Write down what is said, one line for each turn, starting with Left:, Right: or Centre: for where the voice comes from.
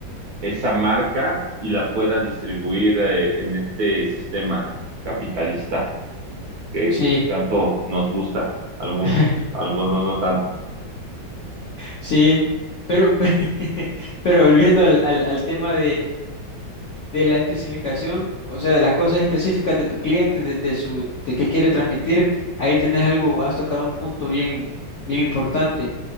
Right: esa marca y la pueda distribuir eh, en este sistema capitalista que
Left: sí,
Right: tanto nos gusta, algunos,
Left: <laughs>
Right: algunos no tanto.
Left: sí, pero, <laughs> pero volviendo al, al, al tema de la especificación, o sea, de las cosas específicas de tu cliente, de, de su, de qué quiere transmitir, ahí tenés algo, has tocado un punto bien, bien importante,